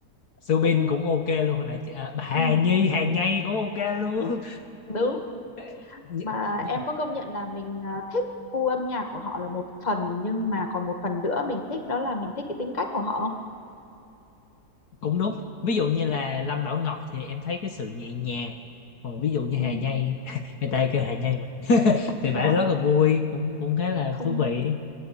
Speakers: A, on the left; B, on the left.
A: Subin
B: <laughs>
A: cũng ok luôn, hồi nãy chị, à, Hà
B: ừ
A: Nhi, Hà Nhi cũng ok luôn.
B: đúng
A: <laughs> Nh-
B: mà
A: nh-
B: em có công nhận là mình ờ, thích gu âm nhạc của họ là một phần nhưng mà còn một phần nữa mình thích đó là mình thích cái tính cách của họ không
A: Cũng đúng. Ví dụ như là Lâm Bảo Ngọc thì em thấy cái sự nhẹ nhàng. Còn ví dụ như
B: ừ
A: Hà Nhi, <laughs> người ta kêu Hà Nhi mà, thì
B: đúng
A: bả
B: rồi
A: rất là vui, cũng cũng khá là
B: thông
A: thú vị.